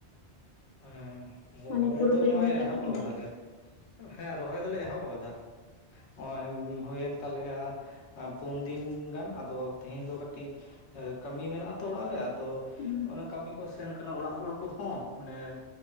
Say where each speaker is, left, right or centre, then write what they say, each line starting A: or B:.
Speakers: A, on the left; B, on the left.
A: ᱦᱮᱸ ᱨᱚᱦᱚᱭ
B: ᱢᱟᱱᱮ ᱯᱩᱨᱟᱹ
A: ᱫᱚ
B: ᱯᱮ
A: ᱱᱚᱜᱼᱚᱭ
B: ᱨᱚᱦᱚᱭ
A: ᱮᱦᱚᱵ
B: ᱪᱟᱵᱟ ᱠᱮᱫᱟ
A: ᱟᱠᱟᱫᱟᱞᱮ ᱦᱮᱸ ᱨᱚᱦᱚᱭ ᱫᱚᱞᱮ ᱮᱦᱚᱵ ᱟᱠᱟᱫᱟ᱾ ᱱᱚᱜᱼᱚᱭ ᱦᱩᱭᱮᱱ ᱛᱟᱞᱮᱭᱟ ᱯᱩᱱ ᱫᱤᱱ ᱜᱟᱱ ᱟᱫᱚ ᱛᱮᱦᱮᱧ ᱫᱚ ᱠᱟᱹᱴᱤᱡ ᱠᱟᱹᱢᱤ ᱢᱮᱱᱟᱜ-ᱟ ᱛᱚ ᱚᱲᱟᱜ ᱨᱮ ᱟᱫᱚ
B: ᱦᱩᱸ
A: ᱚᱱᱮ ᱠᱟᱹᱢᱤ ᱠᱚ ᱥᱮᱱ ᱠᱟᱱᱟ ᱚᱲᱟᱜ ᱦᱚᱲ ᱠᱚᱦᱚᱸ, ᱢᱟᱱᱮ